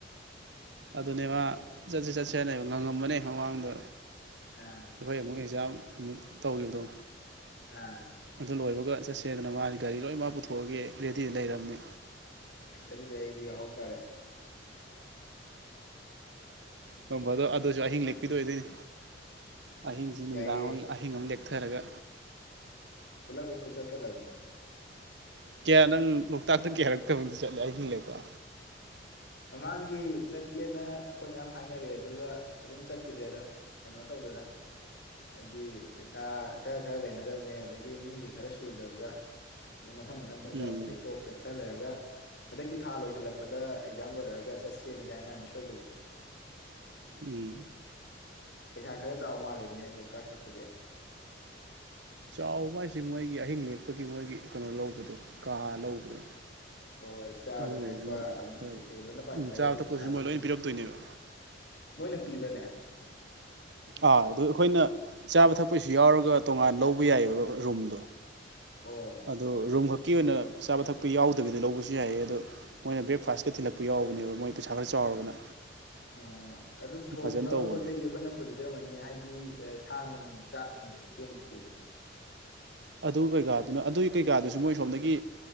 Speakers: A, on the right (about 65°); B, on the left (about 60°).
A: ꯑꯗꯨꯅꯦ ꯃꯥ ꯆꯠꯁꯤ ꯆꯠꯁꯦꯅꯦꯕ ꯉꯪꯉꯝꯕꯅꯦ ꯃꯃꯥꯡꯗ
B: ꯑꯥ
A: ꯍꯣꯏ ꯑꯃꯨꯛ ꯑꯦꯛꯖꯥꯝ ꯑꯃꯨꯛ ꯇꯧꯈꯤꯕꯗꯣ
B: ꯑꯥ
A: ꯑꯗꯨ ꯂꯣꯏꯕꯒ ꯆꯠꯁꯦꯗꯅ ꯃꯥ ꯒꯥꯔꯤ ꯂꯣꯏꯅꯃꯛ ꯄꯨꯊꯣꯛꯑꯒꯦ ꯔꯦꯗꯤ ꯂꯩꯔꯕꯅꯤ
B: ꯑꯁ ꯑꯗꯨꯗꯤ ꯑꯩꯁꯨ ꯌꯥꯎꯍꯧ ꯇꯥꯔꯦ
A: ꯅꯣꯡ ꯐꯗꯣꯛ ꯑꯗꯨꯁꯨ ꯑꯍꯤꯡ ꯂꯦꯛꯄꯤꯗꯣꯏ ꯑꯣꯏꯗꯣꯏꯅꯦ ꯑꯍꯤꯡꯁꯤ ꯅꯨꯃꯤꯗꯥꯡ
B: ꯌꯥꯏꯌꯦ
A: ꯑꯃ ꯑꯍꯤꯡ ꯑꯃ ꯂꯦꯛ ꯆꯠꯊꯔꯒ
B: ꯄꯨꯂꯞ ꯍꯦꯛꯇꯥ ꯆꯠꯀꯗꯕꯅꯦ
A: ꯀꯌꯥ ꯅꯪ ꯂꯣꯛꯇꯥꯛꯇ ꯀꯌꯥꯔꯛ ꯆꯠꯂꯦ ꯑꯍꯤꯡ ꯂꯦꯛꯄ
B: ꯃꯃꯥꯡꯒꯤ ꯆꯠꯀꯦꯅ ꯑꯩꯈꯣꯏ ꯃꯌꯥꯝ ꯍꯥꯏꯅꯔꯛꯑꯦ ꯑꯗꯨꯒ ꯑꯗꯨꯝ ꯆꯠꯈꯤꯗ꯭ꯔꯦꯗ ꯀꯩꯅꯣ ꯇꯧꯗꯅ ꯍꯥꯏꯗꯤ ꯄꯩꯁꯥ ꯈꯔ ꯈꯔ ꯂꯩꯅꯗꯕꯅꯦ ꯑꯗꯒꯤ ꯃꯤꯒ ꯈꯔ ꯁꯨꯗꯕꯒ ꯃꯊꯪ ꯃꯊꯪ ꯇꯣꯛꯅꯔꯛꯄꯗꯒꯤ
A: ꯎꯝ
B: ꯇꯣꯛꯈ꯭ꯔꯦ ꯈ ꯂꯩꯔꯒ ꯍꯟꯗꯛꯀꯤ ꯊꯥ ꯂꯣꯏꯁꯤꯜꯂꯛꯄꯗ ꯑꯦꯛꯖꯥꯝ ꯂꯣꯏꯔꯛꯑꯒ ꯆꯠꯁꯦꯅꯗꯤ ꯍꯥꯏꯅꯕꯅꯤ ꯁꯣꯏꯗꯕꯤ
A: ꯎꯝ
B: ꯄꯩꯁꯥ ꯈꯔ ꯆꯥꯎ ꯃꯥꯜꯂꯤꯅꯦ ꯂꯣꯛꯇꯥꯛ ꯆꯠꯄꯁꯦ
A: ꯆꯥꯎꯕ ꯍꯥꯏꯁꯦ ꯃꯣꯏꯒꯤ ꯑꯍꯤꯡ ꯂꯦꯛꯄꯒꯤ ꯃꯣꯏꯒꯤ ꯀꯩꯅꯣ ꯂꯧꯕꯗꯣ ꯀꯥ ꯂꯧꯕꯗꯣ
B: ꯍꯣꯏ ꯆꯥꯕ
A: ꯑꯗꯨꯒꯤ
B: ꯊꯛꯄ
A: ꯁꯨꯝ
B: ꯑꯃ
A: ꯈꯔ
B: ꯀꯩꯀꯩ ꯂꯣꯏꯅ ꯄꯥꯁꯜꯂꯒꯗꯤ
A: ꯎꯝ ꯆꯥꯕ ꯊꯛꯄꯁꯨ
B: ꯄꯩꯁꯥꯗꯗꯨꯝ
A: ꯃꯣꯏ ꯂꯣꯏꯅ ꯄꯤꯔꯛꯇꯣꯏꯅꯦꯕ
B: ꯃꯣꯏꯅ ꯄꯤꯕꯅꯦ
A: ꯑꯥ ꯑꯗꯨ ꯑꯩꯈꯣꯏꯅ ꯆꯥꯕ ꯊꯛꯄꯩꯁꯨ ꯌꯥꯎꯔꯒ ꯇꯣꯉꯥꯟ ꯂꯧꯕ ꯌꯥꯏꯕ ꯔꯨꯝꯗꯨ
B: ꯑꯣ
A: ꯑꯗꯨ ꯔꯨꯝꯈꯛ ꯀꯤ ꯑꯣꯏꯅ ꯆꯥꯕ ꯊꯛꯄ ꯌꯥꯎꯗꯕꯤꯗ ꯂꯧꯕꯁꯨ ꯌꯥꯏꯌꯦ ꯑꯗꯣ ꯃꯣꯏꯅ ꯕ꯭ꯔꯦꯛꯐꯥꯁꯠꯀ ꯊꯤꯜꯂꯛꯄ ꯌꯥꯎꯕꯅꯦꯕ ꯃꯣꯏ ꯄꯩꯁꯥ ꯈꯔ ꯆꯥꯎꯔꯒꯅ
B: ꯑ ꯑꯗꯨ ꯊꯣꯡꯅꯕ
A: ꯐꯖꯅ ꯇꯧꯕꯅꯦ
B: ꯄꯣꯠ ꯆꯩꯗꯤ ꯑꯩꯈꯣꯏꯅ ꯄꯨꯖꯗꯣꯏ ꯑꯣꯏꯔꯝꯒꯅꯤ ꯍꯥꯏꯗꯤ ꯁꯥ ꯅꯨꯡ ꯆꯥꯛ ꯅꯨꯡꯗꯤ ꯆꯦꯡ ꯀꯩꯀꯩꯗꯤ
A: ꯑꯗꯨ ꯀꯩꯀꯥꯗꯨꯅ ꯑꯗꯨꯒꯤ ꯀꯩꯀꯥꯗꯨꯁꯨ ꯃꯣꯏꯁꯣꯝꯗꯒꯤ